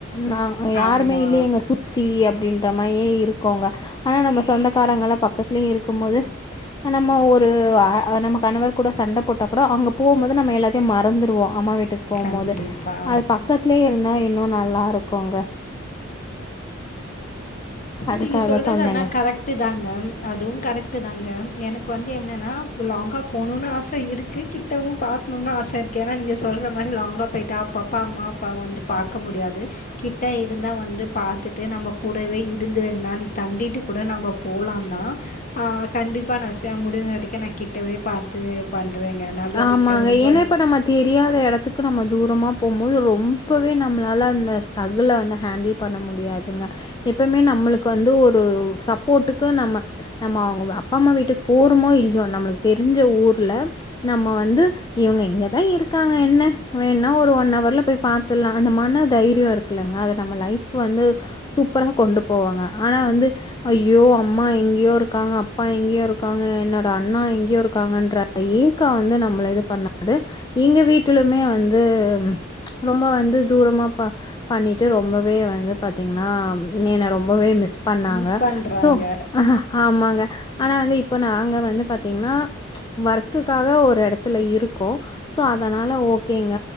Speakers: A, on the left; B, on the left.
A: நா யாருமே
B: ஆமா.
A: இல்லையேங்க சுத் தி அப்படின்ற மாரியே இருக்கோங்க ஆனா நம்ம சொந்தக்காரங்க எல்லா பக்கத்துலயே இருக்கும் போது நம்ம ஒரு அ நமக் கணவர் கூட சண்ட போட்டா கூட அங்க போம்போது நம்ம எல்லாத்தையு மறந்துடுவோ அம்மா வீட்டுக்கு போம்
B: கண்டிப்பா.
A: போது அது பக்கத்துலயே இருந்தா இன்னு நல்லா இருக்குங்க அதுக்காக
B: நீங்க சொல்றது
A: சொன்னேங்க
B: ஆனா கரெக்ட் டு தாங்க அதுவு கரெக்டு தாங்க எனக்கு வந்து என்னன்னா லாங்கா போணுனு ஆச இருக்கு கிட் ட்டவு பாக்கணுனு ஆசை இருக்கு ஏன்னா நீங்க சொல்ற மாரி லாங்கா போய்ட்டா அப்ப அப்ப அம்மா அப்பா வந்து பாக்க முடியாது கிட்ட இருந்தா வந்து பாத்துட்டு நம்ம கூடவே இருப் இருந்து ரெண்டு நாளைக்கு தங்கிட்டு கூட நம்ம போலாந்தா ஆ கண்டிப்பா ந செய் முடிஞ்ச வரைக்கு நா கேட் கிட்டவே பாத்து பண்றங்க நல்லது
A: ஆமாங்க.
B: ரொம்ப
A: ஏன்னா இப்ப நம்ம தெரியாத எடத்துக்கு நம்ம தூரமா போம்போது ரொம்பவே நம்ளால அந்த ஸ்டகுல வந்து ஹேண்டில் பண்ண முடியாதுங்க எப்பமே நம்மளுக்கு வந்து ஒரு சப்போட்டுக்கு நம்ம நம்ம அவங்க அப்பா அம்மா வீட்டுக்கு போறமோ இல்லையோ நம்மளுக்கு தெரிஞ்ச ஊர்ல நம்ம வந்து இவங்க இங்கதா இருக்காங்க என்ன வேணா ஒரு ஒன் அவர்ல போய் பாத்துலா அந்த மன தைரிய இருக் இல்லங்க அத நம்ம லைஃப் வந்து சூப்பரா கொண்டு போவாங்க ஆனா வந்து ஐயோ அம்மா எங்கேயோ இருக்காங்க அப்பா எங்கேயோ இருக்காங்க என்னோட அண்ணா எங்கேயோ இருக்காங்கன்ற அந்த ஏக் க்க வந்து நம்மள இது பண்ணாது எங்க வீட்டுலுமே வந்து ரொம்ப வந்து தூரமா பா பண்ணிட்டு ரொம்பவே வந்து பாத்தீங்கன்னா நீ என்ன ரொம்பவே மிஸ் பண்ணாங்க
B: மிஸ் பண்றாங்க.
A: சோ ஆமாங்க ஆனா வந்து இப்ப நாங்க வந்து பாத்தீங்கன்னா வர் க்குகாக ஒரு எடத்துல இருக்கொ சோ அதனால ஓகேங்க